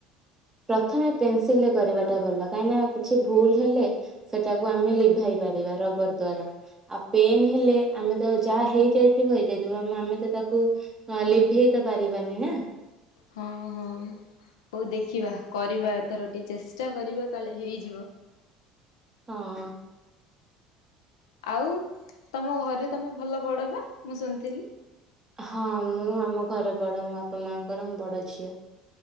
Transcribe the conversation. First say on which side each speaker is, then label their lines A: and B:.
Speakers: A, on the right (about 20°); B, on the left (about 80°).
A: ପ୍ରଥମେ ପେନସିଲରେ କରିବାଟା ଭଲ ।କାହିଁକି ନା କିଛି ଭୁଲ ହେଲେ ସେଟାକୁ ଆମେ ଲିଭାଇ ପାରିବା ରବର ଦ୍ଵାରା ଆଉ ପେନ ହେଲେ ଆମେ ତ ଯାହା ହେଇ ଯାଇଥିବ ହେଇଯାଇଥିବ ଆମେ ତ ତାକୁ ଲିଭେଇ ତ ପାରିବାନି ନା।
B: ହଁ ହଁ। ହଉ ଦେଖିବା କରିବା ଏଥର ଟିକେ ଚେଷ୍ଟା କରିବା କାଳେ ହେଇଯିବ।
A: ହଁ।
B: ଆଉ ତମ ଘରେ ତମେ ଭଲ ପଢ ବା ମୁଁ ଶୁଣିଥିଲି।
A: ହଁ ମୁଁ ଆମ ଘରେ ବଡ ମୋ ବାପା ମାଆଙ୍କର ବଡ ଝିଅ।